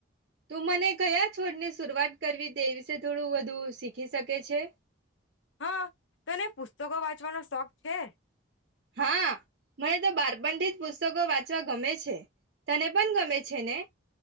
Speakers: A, on the right; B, on the left.
A: તું મને કયા છોડની શરૂઆત કરવી તે વિશે થોડું વધુ શીખી શકે છે
B: હા તોને પુસ્તકો વાંચવાનો શોખ છે
A: હા મને તો બારપનથી જ પુસ્તકો વાંચવા ગમે છે તને પન ગમે છે ને